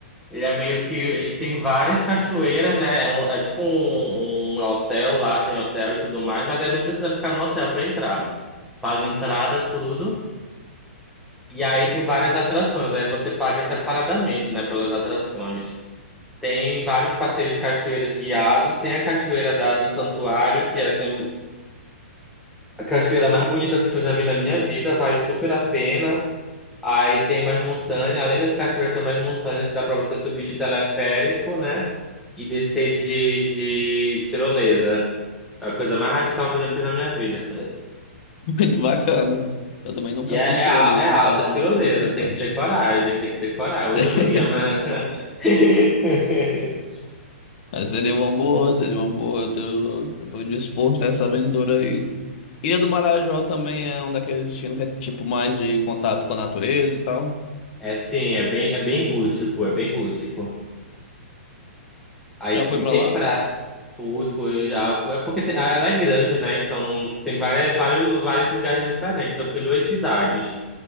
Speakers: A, in the centre; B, on the left.
A: Ele é meio que. Ele tem várias cachoeiras, né? É, um- é tipo um, um hotel lá, tem hotel e tudo mais, mas aí não precisa ficar no hotel pra entrar. Paga entrada, tudo. E aí tem várias atrações, aí você paga separadamente, né, pelas atrações. Tem vários passeios de cachoeiras guiados, tem a cachoeira da, do Santuário, que é assim, a cachoeira mais bonita assim, que eu já vi na minha vida, vale super a pena. Aí tem mais montanha, além das cachoeiras tem mais montanha que dá pra você subir de teleférico, né, e descer de, de tirolesa. É a coisa mais radical que
B: <laughs>
A: eu já fiz na minha vida. <laughs>
B: Muito bacana. Eu também nunca
A: E é,
B: fiz
A: é,
B: tirolesa,
A: a- é alta
B: então
A: tirolesa,
B: seria interessante.
A: tem que ter coragem, tem que ter coragem. Hoje
B: <laughs>
A: eu não ia, mas. <laughs>
B: Mas seria uma boa, seria uma boa. Eu tô, eu tô disposto a essa aventura aí. Ilha do Marajó também é um daqueles destinos que é tipo mais de contato com a natureza e tal.
A: É sim, é bem, é bem rústico, é bem rústico. Aí
B: Já foi
A: me
B: pra
A: tem
B: lá?
A: pra. Fui, fui, já fui. É porque tem- ela é grande, né? Então tem várias, vários, vários lugares diferentes. Eu fui em duas cidades.